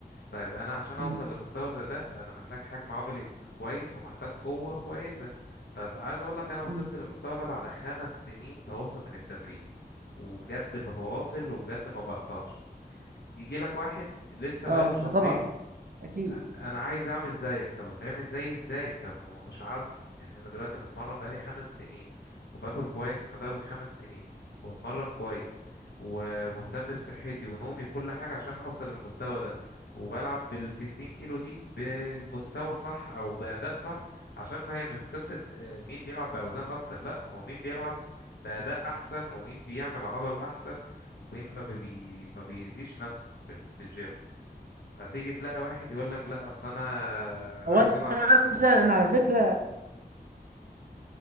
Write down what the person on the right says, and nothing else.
م-
م.
اه
ده طبعا اكيد
هو انا
مثلا انا على فكره